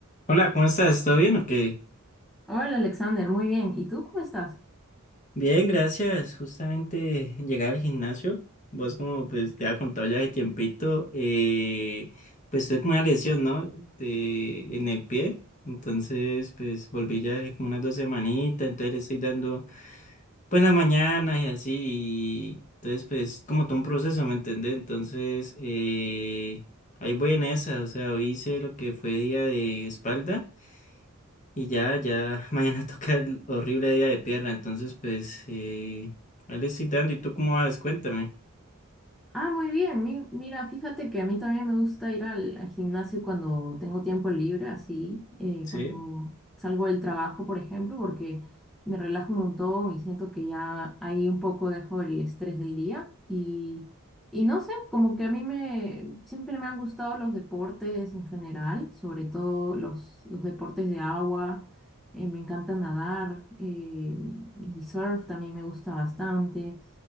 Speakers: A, on the left; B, in the centre.
A: Hola, ¿cómo estás? ¿Todo bien o qué?
B: Hola Alexander, muy bien. ¿Y tú cómo estás?
A: Bien, gracias. Justamente llegué al gimnasio. Vos como pues te había contado ya de tiempito, eh, pues tuve como una lesión, ¿no? De- en el pie. Entonces pues volví ya hace como unas dos semanitas. Entonces le estoy dando pues la mañana y así. y entonces pues como todo un proceso, ¿me entendés? Entonces eh, ahí voy en esa. O sea, hoy hice lo que fue día de espalda. Y ya, ya, <laughs> mañana toca el horrible día de pierna, entonces pues eh, ahí le estoy dando. ¿Y tú cómo vas? Cuéntame.
B: Ah, muy bien. Mi- mira, fíjate que a mí también me gusta ir al, al gimnasio cuando tengo tiempo libre, así, eh,
A: Sí,
B: cuando salgo del trabajo, por ejemplo, porque me relajo un montón y siento que ya ahí un poco dejo el estrés del día. Y, y no sé, como que a mí me, siempre me han gustado los deportes en general, sobre todo los, los deportes de agua. eh, me encanta nadar eh, y surf también me gusta bastante.